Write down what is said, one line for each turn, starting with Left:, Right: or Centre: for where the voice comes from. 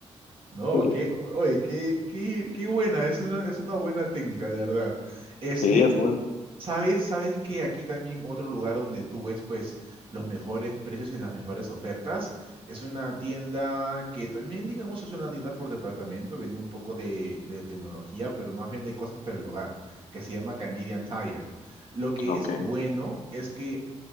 Right: no,
Left: sí,
Right: qué, oye, qué, qué, qué buena, es una, es una buena técnica, de verdad. Este,
Left: sí, es bueno.
Right: Sabes, sabes que aquí también otro lugar donde tú ves pues los mejores precios y las mejores ofertas es una tienda que también digamos es una tienda por departamento, vende un poco de, de tecnología, pero más vende cosas para el hogar, que se llama Canadian Tire. Lo que
Left: Ok.
Right: es bueno es que